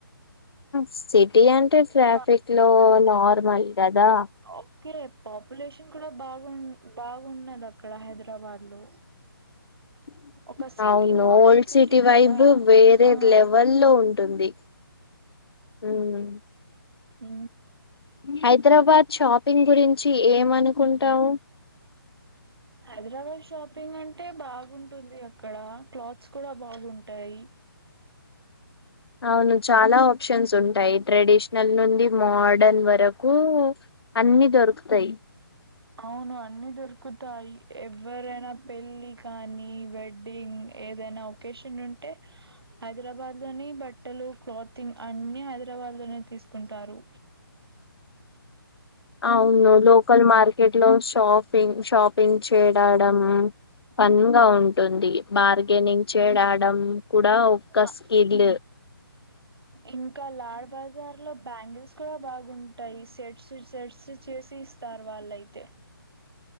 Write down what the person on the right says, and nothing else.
బా
ఓకే రే పాపులేషన్ కూడా బాగు బాగున్నది అక్కడ హైదరాబాద్ లో
ఒక సిటీ
మోడర్న్
కదా
ఆ
ఉ
హైదరాబాద్ షాపింగ్ అంటే బాగుంటుంది అక్కడ క్లాత్స్ కూడా బాగుంటాయి
అవును అన్ని దొరుకుతాయి ఎవ్వరైనా పెళ్ళి కానీ వెడ్ వెడ్డింగ్ ఏదైనా ఒకేషన్ ఉంటే హైదరాబాద్ లోనె బట్ బట్టలు క్లాతింగ్ అన్ని హైదరాబాద్ లోనే తీసుకుంటారు
మ్మ్.
ఆ,
ఇంకా లాల్బాగ్ దారి లో బ్యాంగిల్స్ కూడా బాగుంటాయి షెట్స్ షెట్స్ చేసి ఇస్తారు వాళ్ళయితే